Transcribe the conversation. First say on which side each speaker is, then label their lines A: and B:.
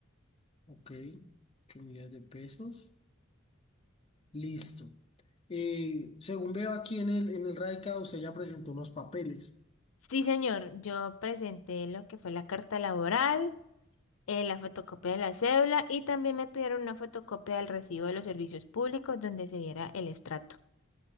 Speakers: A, on the left (about 30°); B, on the left (about 80°).
A: Ok, 8 millones de pesos. Listo. Eh, según veo aquí en el, en el radicado, usted ya presentó unos papeles.
B: Sí, señor, yo presenté lo que fue la carta laboral. eh, la fotocopia de la cédula y también me pidieron una fotocopia del recibo de los servicios públicos donde se viera el estrato.